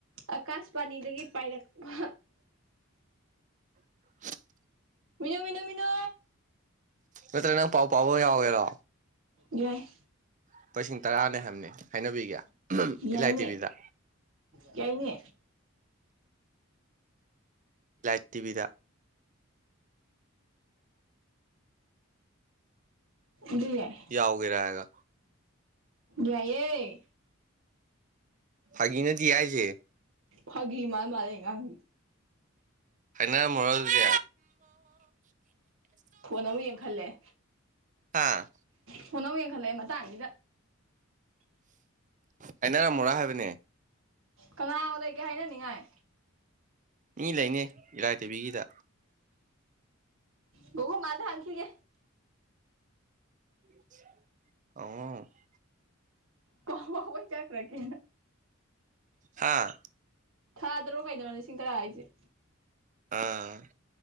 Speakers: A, on the right (about 65°); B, on the right (about 35°).
A: ꯑꯀꯥꯁꯕꯥꯅꯤꯗꯒꯤ ꯄꯥꯏꯔꯛꯄ
B: <inaudible>
A: ꯃꯤꯅꯨ ꯃꯤꯅꯨ ꯃꯤꯅꯨ
B: ꯅꯠꯇ꯭ꯔ ꯅꯪ ꯄꯥꯎ ꯄꯥꯕ ꯌꯥꯎꯒꯦꯔꯥ
A: ꯌꯥꯏ
B: ꯂꯄꯥ ꯂꯤꯁꯤꯡ ꯇꯔꯥꯅꯦ ꯍꯥꯏꯕꯅꯤ ꯍꯥꯏꯅꯕꯤꯒꯦ
A: ꯌꯥꯏꯅꯦ
B: ꯏꯂꯥꯏ ꯇꯤꯕꯤꯗ
A: ꯌꯥꯏꯅꯦ
B: ꯏꯂꯥꯏꯠ ꯇꯤꯚꯤꯗ
A: ꯑꯗꯨ ꯌꯥꯏ
B: ꯌꯥꯎꯒꯦꯔ ꯍꯥꯏꯔꯒ
A: ꯌꯥꯏꯌꯦ
B: ꯐꯒꯤ ꯅꯠꯇꯤꯌꯦ ꯍꯥꯏꯁꯦ
A: ꯐꯥꯒꯤ ꯃꯥ ꯃꯥꯂꯦ ꯉꯥꯡ
B: ꯍꯥꯏꯅꯔꯝꯃꯣꯔꯥ ꯑꯗꯨꯗꯤ
A: ꯐꯣꯟ ꯑꯃꯨꯛ ꯌꯦꯡꯈꯠꯂꯛꯑꯦ
B: ꯍꯥꯥ
A: ꯐꯣꯟ ꯑꯃꯨꯛ ꯌꯦꯡꯈꯠꯂꯛꯑꯦ ꯃꯇꯥꯡꯁꯤꯗ
B: ꯍꯥꯏꯃꯔꯝꯃꯣꯔꯥ ꯍꯥꯏꯕꯅꯦ
A: ꯀꯅꯥ ꯂꯩꯒꯦ ꯍꯥꯏꯅꯅꯤꯡꯉꯥꯏ
B: ꯃꯤ ꯂꯩꯅꯦ ꯏꯂꯥꯏ ꯇꯤꯕꯤꯒꯤꯗ
A: ꯕꯣꯕꯣꯛ ꯃꯃꯗ ꯍꯪꯉꯛꯈꯤꯒꯦ
B: ꯍꯡꯉꯣ ꯍꯡꯉꯣ
A: ꯄꯥꯎ ꯋꯥ ꯆꯥꯛꯔꯀꯦ
B: ꯍꯥꯥ
A: ꯊꯥꯗ꯭ꯔꯣ ꯀꯩꯗꯅꯣ ꯂꯤꯁꯤꯡ ꯇꯔꯥ ꯍꯥꯏꯁꯦ
B: ꯑꯥ